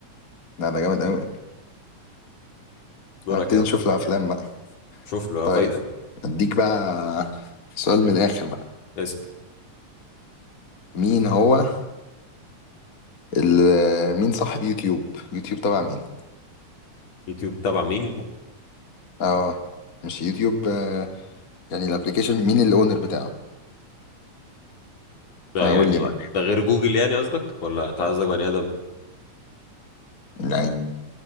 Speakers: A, on the left; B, on the left.
A: لا ده جامد أوي
B: دورك
A: هبتدي
B: يا عم
A: نشوف له أفلام بقى
B: شوف له
A: طيب
B: فايتك
A: أديك بقى سؤال من الآخر بقى
B: اسأل
A: مين هو ال... مين صاحب يوتيوب يوتيوب تبع مين
B: يوتيوب تبع مين
A: اه مش يوتيوب آه، يعني الابليكيشن مين الاونر بتاعه
B: ده
A: آه،
B: يعني
A: قول لي بقى
B: ده غير جوجل يعني قصدك ولا انت قصدك بني ادم
A: يعني